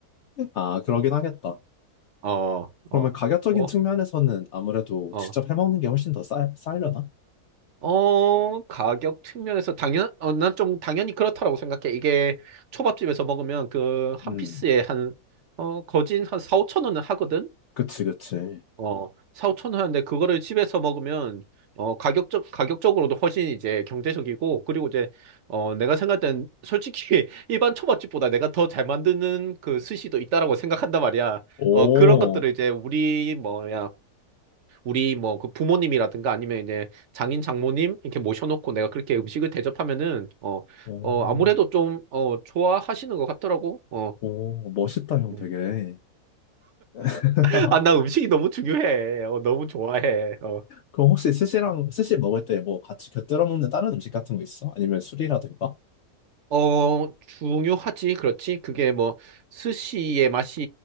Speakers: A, on the left; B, on the right.
A: 아, 그러긴 하겠다.
B: 어,
A: 그러면
B: 어,
A: 가격적인
B: 뭐,
A: 측면에서는 아무래도
B: 어,
A: 직접 해먹는 게 훨씬 더 싸, 싸려나?
B: 어, 가격 측면에서 당연, 어, 난 좀 당연히 그렇다라고 생각해. 이게 초밥집에서 먹으면 그 한
A: 음,
B: 피스에 한, 어, 거진 한 4, 5천 원은 하거든?
A: 그치, 그치.
B: 어, 4, 5천 원 하는데 그거를 집에서 먹으면, 어, 가격적, 가격적으로도 훨씬 이제 경제적이고, 그리고 이제, 어, 내가 생각할 땐 솔직히 <laughs> 일반 초밥집보다 내가 더 잘 만드는 그 스시도 있다라고 생각한단 말이야.
A: 오,
B: 어, 그런 것들을 이제 우리 뭐야, 우리 뭐 그 부모님이라든가 아니면 이제 장인 장모님 이렇게 모셔놓고 내가 그렇게 음식을 대접하면은 어,
A: 오,
B: 어, 아무래도 좀, 어, 좋아하시는 것 같더라고. 어.
A: 오, 멋있다, 형
B: 음.
A: 되게. <laughs>
B: <laughs> 아, 나 음식이 너무 중요해. 어, 너무 좋아해. 어.
A: 그럼 혹시 스시랑, 스시 먹을 때 뭐 같이 곁들여 먹는 다른 음식 같은 거 있어? 아니면 술이라든가?
B: 어, 중요하지. 그렇지. 그게 뭐, 스시의 맛이